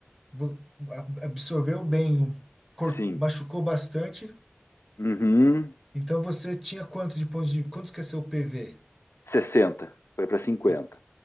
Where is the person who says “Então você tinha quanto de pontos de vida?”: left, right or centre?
Centre